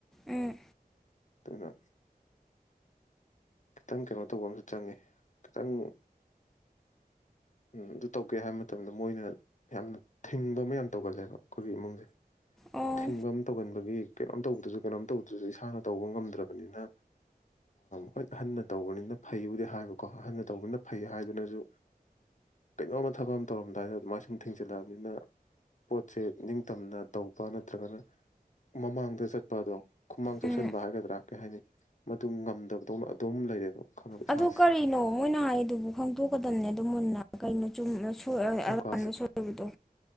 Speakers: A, in the centre; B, on the left.
A: ꯎꯝ
B: ꯑꯗꯨꯅ ꯈꯤꯇꯪ ꯀꯩꯅꯣ ꯇꯧꯕ ꯑꯃꯁꯁꯨ ꯆꯪꯉꯦ ꯈꯤꯇꯪ ꯑꯗꯨ ꯇꯧꯒꯦ ꯍꯥꯏꯕ ꯃꯇꯝꯗ ꯃꯣꯏꯅ ꯌꯥꯝꯅ ꯊꯤꯡꯕ ꯑꯃ ꯌꯥꯝ ꯇꯧꯒꯜꯂꯦꯕ ꯑꯩꯈꯣꯏꯒꯤ ꯏꯃꯨꯡꯁꯦ
A: ꯑꯣ
B: ꯊꯤꯡꯕ ꯑꯃ ꯇꯧꯒꯟꯕꯒꯤ ꯀꯩꯅꯣꯝ ꯇꯧꯕꯗꯁꯨ ꯀꯩꯅꯣꯝ ꯇꯧꯗꯁꯨ ꯏꯁꯥꯅ ꯇꯧꯕ ꯉꯝꯗ꯭ꯔꯕꯅꯤꯅ ꯍꯣꯏ ꯑꯍꯟꯅ ꯇꯧꯕꯅꯤꯅ ꯐꯩꯕꯨꯗꯤ ꯍꯥꯏꯕꯀꯣ ꯑꯍꯟꯅ ꯇꯧꯕꯅꯤꯅ ꯐꯩ ꯍꯥꯏꯗꯨꯅꯁꯨ ꯀꯩꯅꯣꯝꯃ ꯊꯕꯛ ꯑꯃ ꯇꯧꯔꯝꯗꯥꯏꯗ ꯑꯗꯨꯃꯥꯏꯅ ꯁꯨꯝ ꯊꯤꯡꯖꯤꯜꯂꯛꯑꯕꯅꯤꯅ ꯄꯣꯠꯁꯦ ꯅꯤꯡꯇꯝꯅ ꯇꯧꯕ ꯅꯠꯇ꯭ꯔꯒꯅ ꯃꯃꯥꯡꯗ ꯆꯠꯄ ꯑꯗꯣ ꯈꯨꯃꯥꯡ ꯆꯥꯎꯁꯟꯕ
A: ꯎꯝ
B: ꯍꯥꯏꯒꯗ꯭ꯔꯥ ꯀꯩ ꯍꯥꯏꯅꯤ ꯃ ꯉꯝꯗꯕꯗꯧꯅ ꯑꯗꯨꯝ ꯂꯩꯔꯦꯗꯣ ꯈꯪꯉꯕ ꯏꯁꯥꯁꯦ
A: ꯑꯗꯨ ꯀꯔꯤꯅꯣ ꯃꯣꯏꯅ ꯍꯥꯏꯗꯨꯕꯨ ꯈꯪꯗꯣꯛꯀꯗꯕꯅꯦ ꯑꯗꯨ ꯃꯨꯟꯅ ꯀꯩꯅꯣ <unintelligible>
B: ꯏꯂꯥꯕꯦꯟ
A: ꯁꯣꯏꯕꯗꯣ